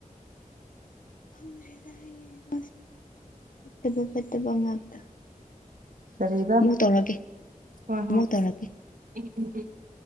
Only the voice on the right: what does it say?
ꯀꯔꯤꯕ
ꯍꯣꯏ ꯍꯣꯏ
<unintelligible>